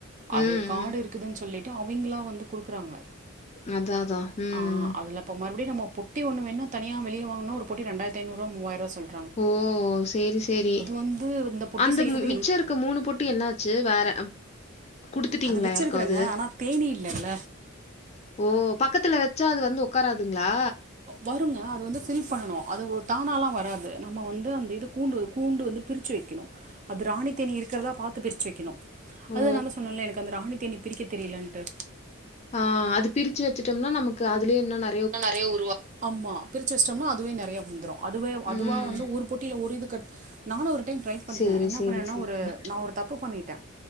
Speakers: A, on the right (about 35°); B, on the left (about 30°).
A: அது
B: ம்,
A: காடு
B: ம்.
A: இருக்குதுன் சொல்லி ட்டு அவிங்களா வந்து குடுக்குறாங்க
B: அதான், அதான். ம்.
A: ஆ அதுல இப்ப மறுபடியு நம்ம பொ ட்டி ஒன்னு வேன்னா தனியா வெளிய வாங்குனா ஒரு பொட்டி ரெண்டாயரத்தைநூரூவா மூவாயரூவா சொல்
B: ஓ சேரி சேரி
A: வந்து இந்த பொட்டி
B: அந்த
A: செய்யறது
B: மிச்சம்
A: எல்
B: இருக்க மூனு பொட் டி என்னாச்சு வேற குடுத்துட்டீங்களா
A: அது வச்சிருக்கறேங்க
B: யாருக்காவது?
A: ஆனா தேனி இல்லல்ல
B: ஓ பக்கத்துல வச்சா அது வந்து உக்காராதுங்களா
A: வருங்க அது வந்து ஃபில் பண்ணணு அது தானாலா வராது நம்ம வந்து அந்த இது கூண்டு கூண்டு வந்து பிரிச்சு வைக்கணு அது ராணித்தேனி இருக்கிறதா பாத்து பிரிச்சு வைக்கணு அதுதா
B: ஓ!
A: நான்தா சொன்னேன்ல எனக்கு அந்த ராணித்தேனீ பிரிக்க தெரியலன்ட்டு
B: ஆ அது பிரிச்சு வச்சுட்டம்னா நமக்கு அதுலயே இன்னு ந
A: நறைய உருவ ஆமா பிரிச்சு வஷ்டோம்னா அதுவே நறையா வந்துரு அதுவே அதுவா
B: ம்.
A: வந்து ஒரு பொட்டியில ஒரு இது கட் நானு ஒரு டைம் ட்ரை பண்ணிட்டே
B: சரி,
A: என்னா
B: சரி,
A: பண்ணேன்னா
B: சரிங்க.
A: ஒரு நா ஒரு தப்பு பண்ணிட்டே